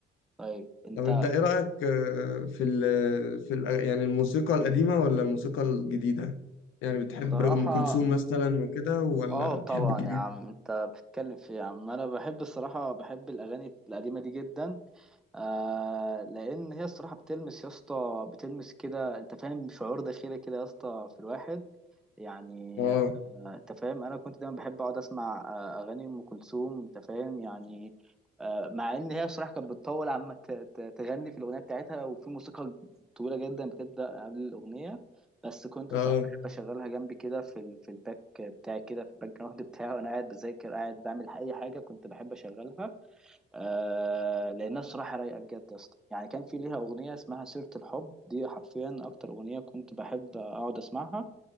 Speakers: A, in the centre; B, on the left.
A: طيب أنت
B: طب انت ايه رأيك آه، في ال... في ال... يعني الموسيقى القديمة ولا الموسيقى الجديدة يعني بتحب
A: صراحة
B: ام كلثوم مثلا وكده ولا
A: اه طبعا
B: بتحب الجديدة
A: يا عم أنت بتتكلم في إيه يا عم أنا بحب الصراحة بحب الأغاني القديمة دي جدا آه لأن هي الصراحة بتلمس يا اسطى بتلمس كده أنت فاهم شعور داخلي كده يا اسطى في الواحد يعني
B: اه
A: آه، انت فاهم انا كنت دايما بحب اقعد اسمع آه، اغاني ام كلثوم انت فاهم يعني آه، مع ان هي بصراحه كانت بتطول عما ت- ت- تغني في الاغنيه بتاعتها وفي موسيقى طويله جدا بتبدا قبل الاغنيه بس كنت
B: اه
A: الصراحه بحب اشغلها جنبي كده في ال- في الباك بتاعي كده في الباك جراوند بتاعي وانا قاعد بذاكر قاعد بعمل اي حاجه كنت بحب اشغلها آه لانها الصراحه رايقه بجد يا اسطى يعني كان في ليها اغنيه اسمها سيره الحب دي حرفيا اكتر اغنيه كنت بحب اقعد اسمعها